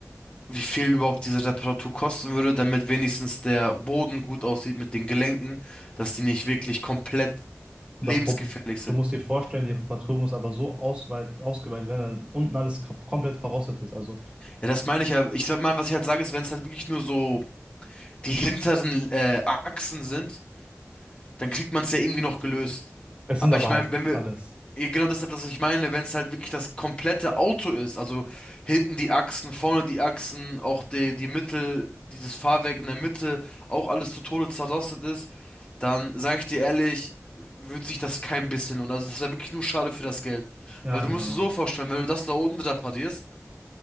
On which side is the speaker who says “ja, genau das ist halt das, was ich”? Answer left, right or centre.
Left